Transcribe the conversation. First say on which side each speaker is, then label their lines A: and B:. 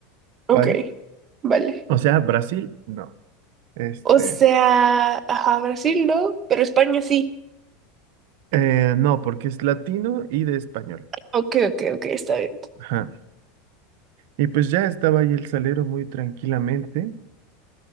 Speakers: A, on the right; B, on the right.
A: ok.
B: ¿vale?
A: Vale.
B: O sea, Brasil, no, este,
A: O sea, ajá, Brasil no, pero España sí.
B: eh, no, porque es latino y de español.
A: Ok, ok, ok, está bien.
B: Ajá. Y pues ya estaba ahí el salero muy tranquilamente